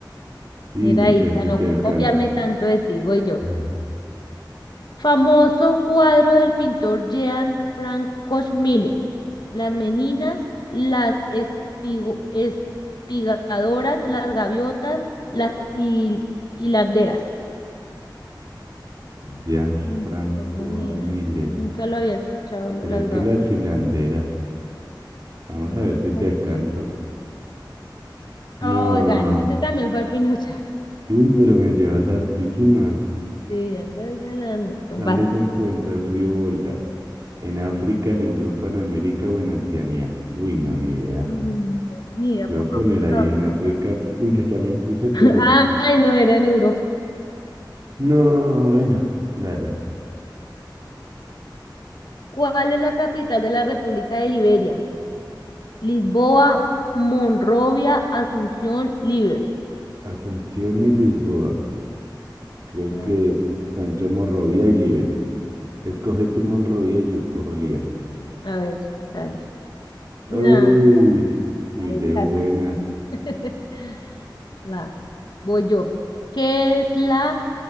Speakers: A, on the right; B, on the left.
A: Y
B: mira
A: ya
B: ahí,
A: casi
B: para
A: te
B: no
A: alcanzo.
B: copiarme tanto de ti, voy yo.
A: <laughs>
B: Famoso cuadro del pintor Jean Francois Millet. Las meninas, las espigo- espigadoras, las gaviotas, las hil- hilanderas.
A: Ya
B: Uy,
A: Franco
B: no tengo ni
A: Millet,
B: idea. Nunca lo había escuchado, lo-
A: creo
B: las
A: que
B: gaviotas.
A: las hilanderas. Vamos
B: Pongamos
A: a ver si te
B: aquí
A: alcanzo.
B: esto.
A: No.
B: Oigan, este también fue el pinochazo.
A: Uy, pero me llevas hartísimas.
B: Sí, ya te voy ganando. Vas.
A: ¿Dónde se encuentra el río Volga? ¿En África, en Europa, en América o en Oceanía? Uy, no, ni idea.
B: Uy, no, no tengo ni idea,
A: Yo
B: pongamos
A: voy a poner ahí
B: África.
A: en África. Uy, yo también puse, pero
B: <laughs>
A: no.
B: Ay, no, era en Europa.
A: No, bueno, dale.
B: ¿Cuál es la capital de la República de Liberia? Lisboa, Monrovia, Asunción, Liber.
A: Asunción y Lisboa. Creo
B: A
A: que está entre Monrovia
B: ver,
A: y Liver Escoge tu Monrovia y yo escojo Liver
B: a ver, dale.
A: Uy,
B: Nah,
A: muy
B: ahí
A: de
B: casi.
A: buenas.
B: <laughs> Va, voy yo. ¿Qué es la